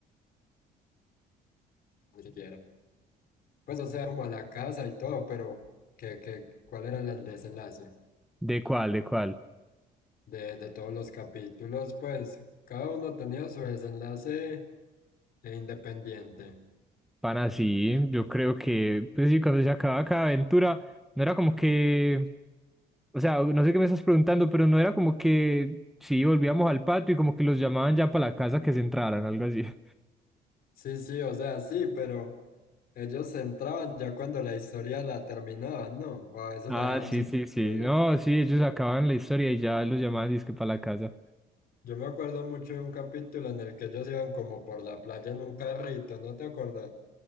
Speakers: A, on the left; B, in the centre.
A: ni siquiera. Pues, o sea, como a la casa y todo, pero ¿qué, qué, cuál era el el desenlace
B: <laughs> ¿De cuál, de cuál?
A: de, de todos los capítulos? Pues, cada uno tenía su desenlace eh, independiente.
B: Pana, sí, yo creo que, pues sí, cuando se acababa cada aventura, no era como que, o sea, no sé qué me estás preguntando, pero no era como que, sí, volvíamos al patio y como que los llamaban ya para la casa que se entraran, algo así. <laughs>
A: Sí, sí, o sea, sí, pero ellos se entraban ya cuando la historia la terminaban, ¿no? O a veces
B: Ah,
A: la dejaban
B: sí,
A: sin
B: sí, sí,
A: concluir.
B: no, sí, ellos acababan la historia y ya los llamaban disque para la casa.
A: Yo me acuerdo mucho de un capítulo en el que ellos iban como por la playa en un carrito, ¿no te acuerdas?